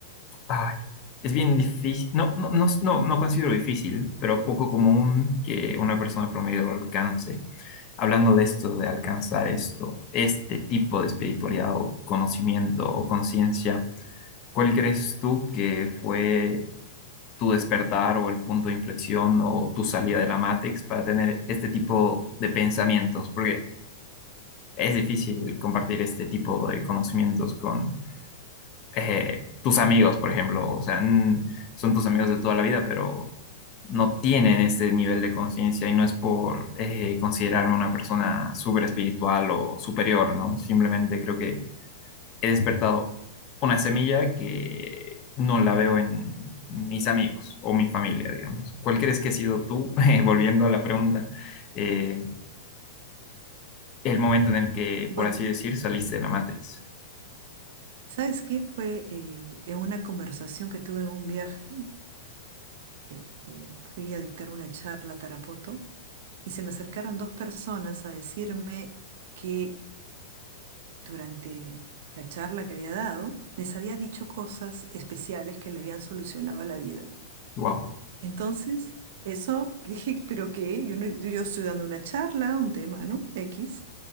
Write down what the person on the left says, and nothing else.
Ay, es bien difícil, no, no, no, no, no considero difícil, pero poco común que una persona promedio lo alcance. Hablando de esto, de alcanzar esto, este tipo de espiritualidad o conocimiento o conciencia, ¿cuál crees tú que fue tu despertar o el punto de inflexión o tu salida de la Matrix para tener este tipo de pensamientos? Porque es difícil compartir este tipo de conocimientos con eh, tus amigos, por ejemplo, o sea, n- son tus amigos de toda la vida, pero no tienen este nivel de conciencia y no es por eh, considerarme una persona súper espiritual o superior, ¿no? Simplemente creo que he despertado una semilla que no la veo en mis amigos o mi familia, digamos. ¿Cuál crees que ha sido tú, <laughs> eh, volviendo a la pregunta, eh, el momento en el que,
por así decir, saliste de la Matrix?
Wow,